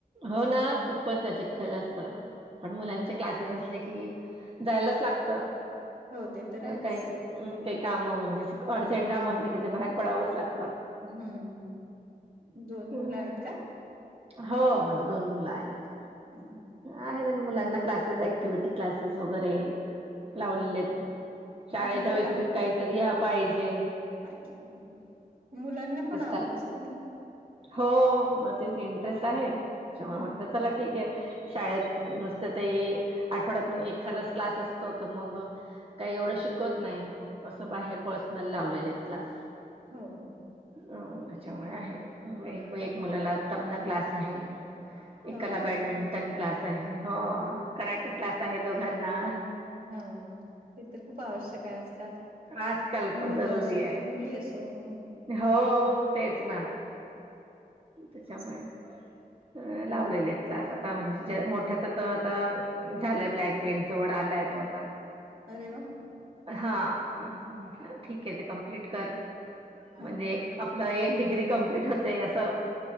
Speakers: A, on the right; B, on the right.
A: हो ना खूपच ते चिख्खल असतं. पण मुलांचे क्लासेस असले की जायलाच लागत.
B: हो ते तर आहेच
A: काही, काही काम म्हणजे अर्जंट काम असले की ते बाहेर पडावच लागत.
B: हम्म, दोन
A: हम्म.
B: मुलं आहेत का?
A: हो मला दोन मुलं आहेत.
B: ह हमम <unintelligible>
A: आहे मुलांना क्लासेस ऍक्टिव्हटी क्लासेस वगैरे लावलेले आहेत. शाळेच्या
B: हो ते
A: व्यतिरत काहीतरी बाहेर हे
B: माहिती बरोबर, मुलांना पण आवड
A: आहे
B: असते ना.
A: हो मग तेच इंटरेस्ट आहे त्याच्यामुळे
B: हम्म
A: वाटत चला ठीक आहे. शाळेत नुसत ते आठवड्यात एखादाच क्लास असतो तर मग काही एवढं शिकवत नाही मग असं बाहेर पर्सनल लावलेले क्लास.
B: हो.
A: हो त्याच्यामुळे आहे एक एक मुलाला तबला क्लास आहे.
B: हो
A: एकला
B: काय
A: बॅडमिंटन क्लास आहे हो कराटे क्लास आहे दोघांना.
B: हा ते तर खूप आवश्यक आहे आज काल
A: आजकाल पण
B: मुल
A: जरुरी
B: असो
A: आहे
B: कि मुली असो हम्म.
A: हो व तेच ना त्याच्यामुळे
B: <unintelligible>
A: ह
B: हम्म.
A: लावलेले त. क्लास आता म्हणजे मोठ्याच तर आता झालंय ब्लॅक बेल्ट जवळ आलाय तो आता.
B: अरे वा.
A: हा आता ठीक आहे ते कम्प्लीट कर. म्हणजे
B: हो
A: एक आपलं एक डिग्री कंप्लीट होतेय असं.